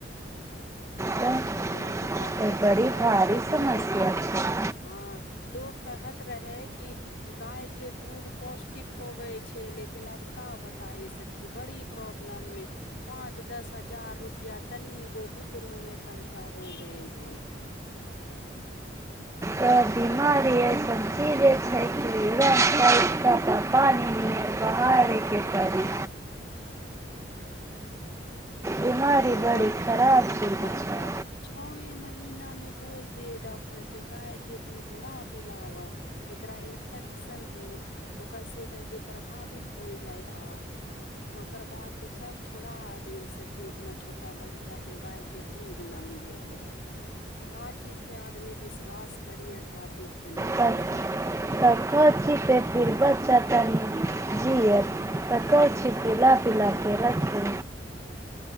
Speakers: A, on the right; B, on the left.
A: तऽ
B: लोक कहे कि
A: बड़ी
B: गाय
A: भारी
B: के दूध
A: समस्या छै
B: हँ लोग कहत रहे क गाय के दूध पौष्टिक होवे छै लेकिन अब का बताय सखी बड़ी प्रॉब्लम मे पांच दस हजार रुपआ तनी गो बुतरू में खर्च बच्चा हो गेल रहै
A: त बीमरी समचीजे <unintelligible> छै किर ख त पान सहहारके करी बीमारी
B: आ फिर
A: बड़ी
B: ॉक्टर
A: खराब चीज
B: डॉक्टर
A: छै
B: छओवे मह हीना में बोल दियै ॉक्टर डॉक्टर केगाय दू प एक इनफै सन हो ओकर से हे जे प्रभावित हो जाय आत तऽ ओकर बाद तो सब छोड़ा देल सक कि उतना छोटा बच्चा के गाय के दूध न मिले के रहे का चीज पे आदमी विश्वास करी य का चीज पे ना
A: तऽ
B: करी
A: तऽ करैत छी ते फिर बच्चा तनि जियए तऽ कर छी पिला पिला के रखू